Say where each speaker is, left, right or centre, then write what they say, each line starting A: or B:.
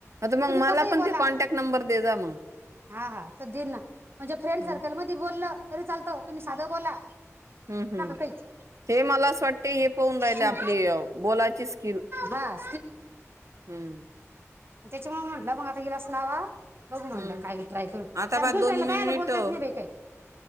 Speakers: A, on the right (about 70°); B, on the right (about 50°).
A: आता
B: तुम्ही
A: मग मला
B: कसही
A: पण
B: बोला
A: ते कॉन्टॅक्ट नंबर दे जा मग
B: हा हा देल ना म्हणजे फ्रेंड
A: हम्म
B: सर्कल मदि बोललं तरी चालतो तुम्ही साध बोला.
A: हम्म हम्म
B: काहीच
A: हे मला असं वाटते हे पाहून राहिले
B: हम्म.
A: आपली बोलाची स्किल
B: हा
A: हम्म
B: त्याच्यामूळ म्हटलं मग आता हिलाच लावा बघू म्हणटलं
A: हम्म
B: काही ट्राय करू
A: आता
B: कारण
A: बा
B: दुसऱ्याला
A: दोन मिनिट
B: बायला बोलतात
A: अ,
B: नाही बाई काय